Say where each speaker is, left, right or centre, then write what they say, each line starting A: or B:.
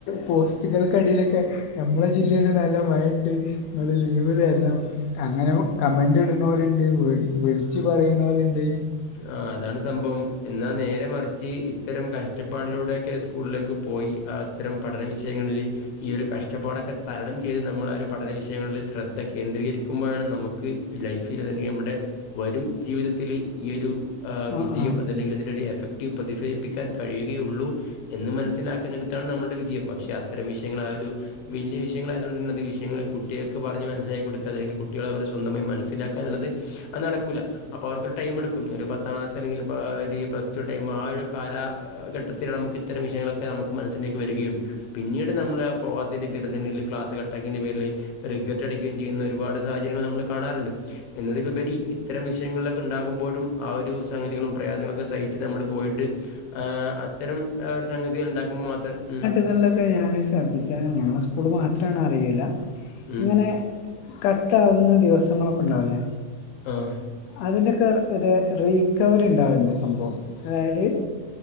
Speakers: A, on the left; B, on the left.
A: പോസ്റ്റുകൾക്കടിയിലൊക്കെ നമ്മുടെ ജില്ലയിൽ നല്ല മഴയുണ്ട്. ങള് ലീവ് തരണം. അങ്ങനെ കമന്റ് ഇട്ന്ണോല്ണ്ട് വിളിച്ച് പറീണോല്ണ്ട്.
B: ആ അതാണ് സംഭവം എന്നാ നേരെ മറിച്ച് ചി ഇത്തരം കഷ്ടപ്പാടിലൂടെയൊക്കെ സ്കൂളിലേക്ക് പോയി അത്തരം പഠന വിഷയങ്ങളില് ഈ ഒരു കഷ്ടപ്പാടൊക്കെ തരണം ചെയ്ത് നമ്മൾ ഒരു പഠന വിഷയങ്ങളിൽ ശ്രദ്ധകേന്ദ്രികരിക്കുമ്പോഴാണ് നമ്മ ക്ക് ലൈഫിൽ തന്നെ നമ്മുടെ വരും ജീവിതത്തില് ഈ ഒരു
A: ആ
B: വിജയം
A: ആ
B: അതല്ലെങ്കിൽ ഇതിന്റെ ഒരു എഫക്ടീവ് പ്രതിഫലിപ്പിക്കാൻ കഴിയുകയുള്ളൂ എന്ന് മനസ്സിലാക്കുന്നിടുത്താണ് നമ്മുടെ വിജയം. പക്ഷെ അത്തരം വിഷയങ്ങൾ ആ ഒരു വലിയ വിഷയങ്ങള ആതുകണ്ടര അത്ഈ വിഷയങ്ങ കുട്ടികൾക്ക് പറഞ് മനസ്സിലായി കൊടുക. അല്ലെങ്കി കുട്ടികൾ അവർ സ്വന്തമായി മനസ്സിലാക്കുക എന്നുള്ളത് അത് നടക്കൂല അപ്പൊ അവർക്കൊരു ടൈം എടുക്കും ഒരു പത്ത പത്താം ക്ലാസ് അല്ലെങ്കിൽ പ്ലസ്റ്റു ടൈമ് ആ ഒരു കാലഘട്ടത്തില് നമുക്ക് ഇത്തരം വിഷയങ്ങളൊക്കെ ഒക്കെ നമുക്ക് മനസ്സിലേക്ക് വരികയും പിന്നീട് നമ്മള് ആ പോവാത്തിൻ്റെ പേരിൽ ക്ലാസ് കട്ടാക്കിയതിന്റെ പേരിൽ റിഗറ്റ് അടിക്കുകയും ചെയ്യുന്ന ഒരുപാട് സാഹചര്യങ്ങൾ നമ്മൾ കാണാറ്ണ്ട്. എന്നതിലുപരി ഇത്തരം വിഷയങ്ങളിലൊക്കെ ഉണ്ടാകുമ്പോഴും ആ ഒരു സംഗതികളും പ്രയാസങ്ങളൊക്കെ സഹിച്ച് നമ്മള് പോയിട്ട് അ് അത്തരം ഒരു സംഗതികൾ ഉണ്ടാക്കുമ്പോൾ മാത്രം ഉം.
A: തേൾലൊക്കെ ഞാനും ശ്രദ്ധിച്ചായിരുന്നു ഞങ്ങളെ സ്കൂള് മാത്രമാണ് അറിയൂല
B: ഉം
A: ങ്ങനെ കട്ടാകുന്ന ദിവസങ്ങളൊക്കെ ണ്ടാവുല്ലേ?
B: ം
A: അതിന്റക്കെ രേ റീക്കവറി ഉണ്ടാവൽണ്ട് സംഭവം. അതായത്